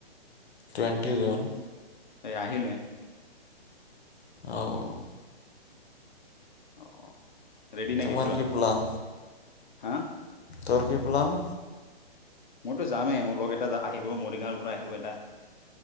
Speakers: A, on the left; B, on the left.
A: Twenty June.
B: <unintelligible> আহিলে।
A: অ'।
B: অ' অ'। ৰেডি নেকি
A: তোমাৰ
B: পূৰা?
A: কি প্লান
B: হা?
A: তোৰ কি প্লান?
B: মইতো যামেই মোৰ লগ এটা আহিব মৰিগাঁৱৰ পৰা আহিব এটা।